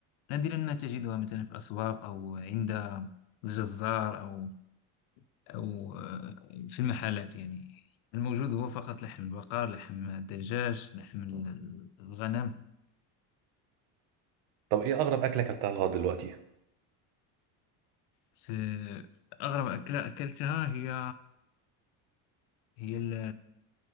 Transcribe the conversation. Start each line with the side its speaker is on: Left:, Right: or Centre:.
Left: نادرا ما تجدها مثلا في الأسواق أو عند الجزار أو أو آه، في المحلات يعني الموجود هو فقط لحم البقر لحم الدجاج لحم الغنم
Right: طب ايه اغرب اكله اكلتها لغايه دلوقتي
Left: في أغرب أكلة أكلتها هي هي ال...